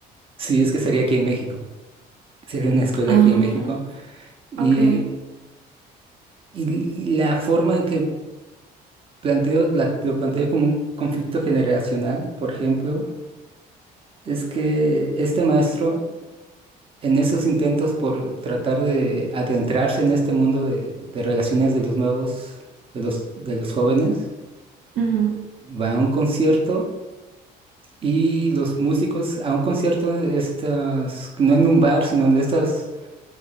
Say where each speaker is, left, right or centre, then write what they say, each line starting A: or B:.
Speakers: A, on the right; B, on the right.
A: sí, es que sería aquí en México. sería una escuela
B: Ah,
A: aquí en México. Y,
B: ok.
A: y- y la forma en que planteo, la- lo planteo como un conflicto generacional, por ejemplo, es que este maestro, en esos intentos por tratar de adentrarse en este mundo de, de relaciones de los nuevos, de los, de los jóvenes,
B: Ujú.
A: va a un concierto. Y los músicos a un concierto de estas, no en un bar, sino de estas